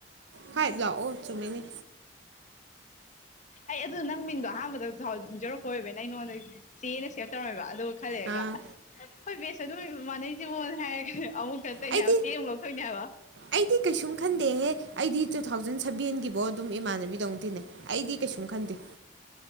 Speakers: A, on the right; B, on the left.
A: ꯐꯥꯏꯕ ꯂꯥꯛꯑꯣ ꯆꯃꯤꯅꯤ
B: ꯑꯩ ꯑꯗꯨꯣ ꯅꯪ ꯃꯤꯡꯗꯣ ꯑꯍꯥꯟꯕꯗꯁꯨꯥꯎꯟꯖꯧꯔꯛꯄ ꯑꯣꯏꯕ ꯅꯪ ꯑꯩ ꯅꯉꯣꯟꯗ ꯆꯦꯅ ꯁꯦꯞ ꯇꯧꯔꯝꯃꯦꯕ ꯑꯗꯨꯒ ꯈꯜꯂꯦꯑꯒ
A: ꯑꯥ
B: ꯑꯁ ꯍꯣꯏ ꯕꯦꯁ ꯑꯗꯨꯝ ꯏꯃꯥꯟꯅꯩꯁꯤꯕꯅ ꯍꯥꯏꯔꯒ ꯑꯃꯨꯛꯛꯇ ꯇꯩꯅꯅꯦꯕ
A: ꯑꯩꯗꯤ
B: ꯆꯦ ꯑꯃꯨꯛ ꯂꯧꯊꯣꯏꯅꯦ ꯍꯥꯏꯕ
A: ꯑꯩꯗꯤ ꯀꯩꯁꯨꯝ ꯈꯟꯗꯦꯍꯦ ꯑꯩꯗꯤ ꯇꯨ ꯊꯥꯎꯖꯟ ꯁꯕꯦꯟꯒꯤꯕꯣ ꯑꯗꯨꯝ ꯏꯃꯥꯟꯅꯕꯤꯗꯧꯗꯤꯤꯅꯦ ꯑꯩꯗꯤ ꯀꯩꯁꯨꯝ ꯈꯟꯗꯦ